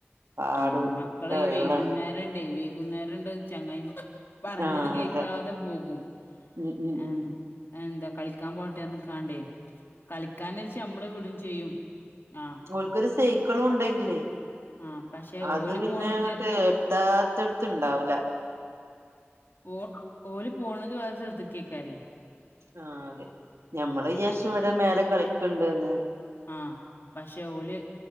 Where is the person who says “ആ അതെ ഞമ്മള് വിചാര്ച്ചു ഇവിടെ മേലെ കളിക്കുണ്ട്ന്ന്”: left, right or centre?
Right